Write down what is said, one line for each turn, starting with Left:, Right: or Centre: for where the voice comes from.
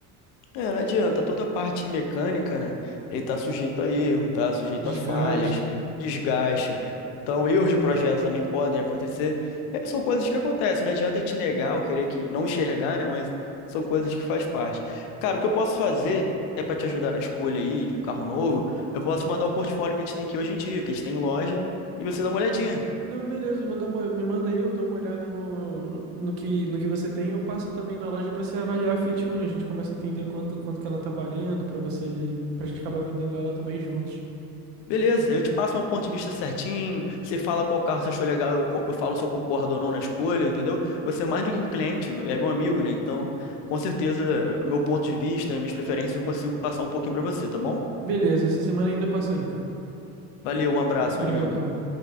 Left: É, não adianta. Toda a parte mecânica, né? Ele tá sujeito a erro, tá sujeito
Right: desgaste.
Left: a falhas, desgaste. Então, erros de projeto também podem acontecer. É, são coisas que acontecem. Não adianta eu te negar ou querer que não enxergar, né? Mas são coisas que faz parte. Cara, o que eu posso fazer é para te ajudar na escolha aí de um carro novo. Eu posso te mandar o portfólio que a gente tem aqui hoje em dia, que a gente tem em loja, e você dá uma olhadinha.
Right: Não, beleza, eu vou dar uma, me manda aí, eu dou uma olhada no, no que, no que você tem. Eu passo também na loja pra você avaliar a Fiat Uno, a gente começa a entender quanto, quanto que ela tá valendo pra você, pra gente acabar vendendo ela também juntos.
Left: Beleza, eu te passo meu ponto de vista certinho. Você fala qual carro você achou legal, eu, co- eu falo se eu concordo ou não na escolha, entendeu? Você é mais do que um cliente, é meu amigo, né? Então, com certeza, meu ponto de vista, minhas preferências, eu consigo passar um pouquinho pra você, tá bom?
Right: Beleza, essa semana ainda passa aí, cara.
Left: Valeu, um abraço,
Right: Obrigadão.
Left: meu amigo.